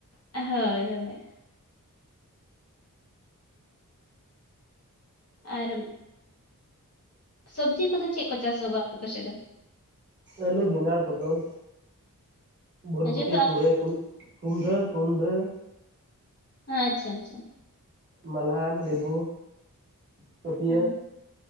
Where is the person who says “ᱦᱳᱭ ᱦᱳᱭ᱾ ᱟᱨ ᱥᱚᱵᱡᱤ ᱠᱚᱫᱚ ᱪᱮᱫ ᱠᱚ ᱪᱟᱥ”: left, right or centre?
Left